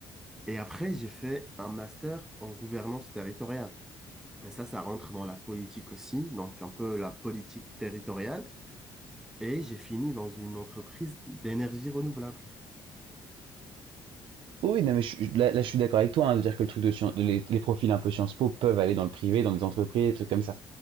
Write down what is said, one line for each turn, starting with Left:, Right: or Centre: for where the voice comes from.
Centre: Et après, j'ai fait un master en gouvernance territoriale. Et ça, ça rentre dans la politique aussi, donc un peu la politique territoriale. Et j'ai fini dans une entreprise d'énergie renouvelable.
Right: Oh Oui, non, mais je, suis- là, là, je suis d'accord avec toi, hein, de dire que le truc de scien- de les, les profils un peu Sciences Po peuvent aller dans le privé, dans des entreprises, des trucs comme ça.